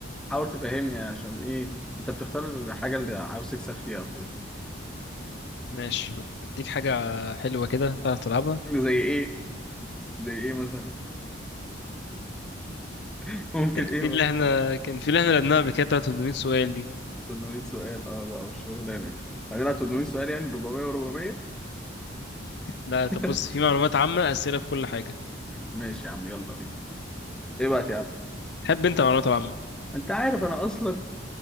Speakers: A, in the centre; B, on the left.
A: حاول تفهمني عشان ايه انت بتختار الحاجه اللي عاوز تكسب فيها وكده
B: ماشي اديك حاجه حلوه كده تعرف تلعبها
A: زي ايه زي ايه مثلا <laughs> ممكن
B: كان في
A: ايه مثلا
B: اللي احنا كان في اللي احنا لعبناها قبل كده بتاعت 800 سؤال دي
A: 800 سؤال اه بقى والشغلانه دي هنلعب 800 سؤال يعني 400 و400
B: لا طب
A: <laughs>
B: بص في معلومات عامه اسئله في كل حاجه
A: ماشي يا عم يلا بينا ابعت يا عم
B: تحب انت معلومات العامه
A: انت عارف انا اصلا